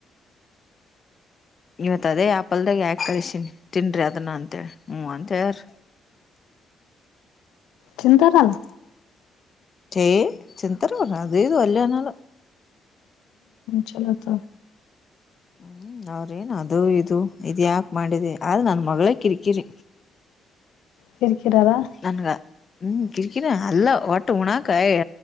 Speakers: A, on the left; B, on the left.
A: ಇವತ್ ಅದೇ ಆಪಲ್ದಾಗ ಯಾಕ ಕಳಸಿನಿ ತಿನ್್ರಿ ಅದನ್ನ ಅಂತೇಳಿ ಹ್ಮ್ ಅಂತ ಹೇಳಾರ
B: ಚಿಂತಾರಾನ
A: ಚ ಚಿಂತರ ಅದೇದು ಅಲ್ಲನಲ್ಲ
B: ಚಲತ
A: ಹ್ಮ್ ಅವ್ರೇನ್ ಅದು ಇದು ಇದ ಯಾಕ ಮಾಡಿದೆ ಆದ್ರ ನನ್ ಮಗಳೇ ಕಿರಿಕಿರಿ
B: ಕಿರ್ಕ್ರಾರಾ
A: ನನ್ಗ ಹ್ಮ್ ಕಿರ್ಕಿನ ಅಲ್ಲ ಒಟ್ಟು ಹಣಕಾಯ